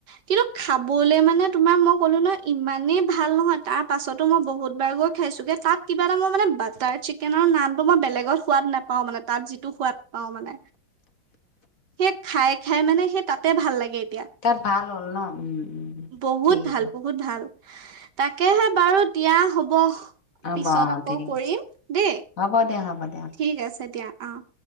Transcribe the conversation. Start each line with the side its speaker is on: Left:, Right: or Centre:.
Right: কিন্তু খাবলে মানে তোমাক মই ক'লোঁ নহয় ইমানেই ভাল নহয় তাৰ পাছতো মই বহুতবাৰ গৈ খাইছোঁগে তাত কিবা এটা মই মানে বাটাৰ চিকেনৰ নামটো মই বেলেগ আগত সোৱাদ নাপাওঁ মানে তাত যিটো সোৱাদ পাওঁ মানে, সেই খাই খাই মানে সেই তাতে ভাল লাগে। এতিয়া
Left: তাত ভাল হ'ল ন' উম।
Right: বহুত
Left: ঠিক
Right: ভাল,
Left: আছে
Right: বহুত ভাল। তাকেহে বাৰু দিয়া হ'ব।
Left: হ'ব
Right: পিছত
Left: অ
Right: আকৌ
Left: ঠিক
Right: কৰিম,
Left: আছে
Right: দেই।
Left: হ'ব দিয়া হ'ব দিয়া
Right: ঠিক আছে দিয়া, অ'।